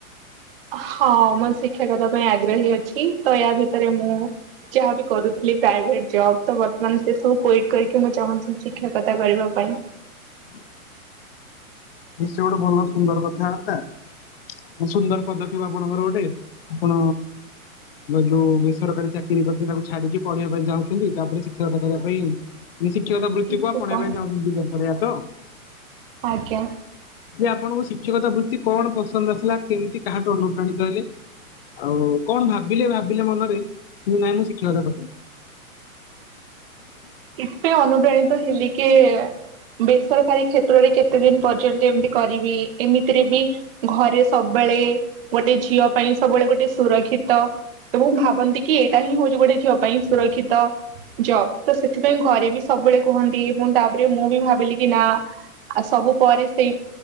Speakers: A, on the right; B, on the left.
A: ହଁ ମୋ ଶିକ୍ଷକତା ପାଇଁ ଆଗ୍ରହୀ ଅଛି ତ ୟା ଭିତରେ ମୁଁ ଯାହାବି କରୁଥିଲି ପ୍ରାଇଭେଟ ଜବ୍ ତ, ବର୍ତ୍ତମାନ ସେ ସବୁ କହିି କହିକି ମୁଁ ଚାହୁଁଛିି ଶିକ୍ଷାକତା କରିବା ପାଇଁ
B: ହ <inaudible> ନିଶ୍ଚୟ ସେ ଗୋଟେ ଭଲ, ସୁନ୍ଦର କଥାବାର୍ତ୍ତା ସୁନ୍ଦର ପଦକ୍ଷେପ ଆପଣଙ୍କର ଗୋଟେ, ଆପଣ ଯୋଉ ବେସରକାରୀ ଚାକିରି କରିଛନ୍ତି, ତାକୁ ଛାଡିକି ପଢେଇବା ପାଇଁ ଚାଁହୁଛନ୍ତି, ତାପରେ ଶିକ୍ଷାଗତ କରିବା ପାଇଁ ଶିକ୍ଷକତା ବୃତ୍ତିକୁ
A: ଇଚ୍ଛୁକ
B: ଆପଣେଇ ପାଇଁ କରିବା ତ
A: ଆଜ୍ଞା!
B: ଯେ ଆପଣଙ୍କୁ ଶିକ୍ଷକତା ବୃତ୍ତି କଣ ପସନ୍ଦ ଆସିଲା, କେମିତି କାହାଠୁ ଅନୁପ୍ରାଣିତ ହେଲେ? ଆଉ କଣ ଭାବିଲେ, ଭାବିଲେ ମନରେ କିନ୍ତୁ ନାଇଁ ମୁଁ ଶିକ୍ଷକତା କରିବି <unintelligible>
A: ଏ ଅନୁପ୍ରାଣିତ ହେଲିକି ବେସରକାରୀ କ୍ଷେତ୍ରରେ କେତେ ଦିନ ପର୍ଯ୍ୟନ୍ତ ଏମିତି କରିବି, ଏମିତିରେ ବି ଘରେ ସବୁବେଳେ ଳେ ଗୋଟେ ଝିଅ ପାଇଁ, ସବୁବେଳେ ଗୋଟେ ସୁରକ୍ଷିତ, ତ ଭାବନ୍ତି କି ଏଇଟା ହିଁ ହଉଛି ଗୋଟେ ଝିଅ ପାଇଁ ସୁରକ୍ଷିତ ଜବ୍ ତ ସେଥିପାଇଁ ଘରେ ବି ସବୁବେଳେ କୁହନ୍ତି, ମୁଁ ତାପରେ ମୁଁ ବି ଭାବିଲି କି ନା ଆଉ ସବୁ ପରେ ସେଇ